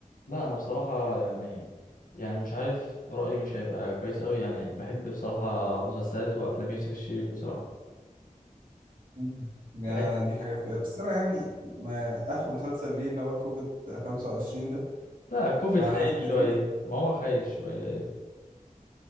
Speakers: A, on the left; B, on the right.
A: لا انا بصراحه يعني يعني مش عارف رايي مش هيبقى كويس قوي يعني بحب بصراحه مسلسلات وافلام يوسف الشريف بصراحه
B: مم. يعني
A: بحب-
B: أنا دي حاجات كده بس أنا يعني ما آخر مسلسل ليه اللي هو كوفيد 25 ده
A: لا كوفيد
B: ما
A: خايف
B: حسيتوش
A: شويه ما هو خايف شويه ايوه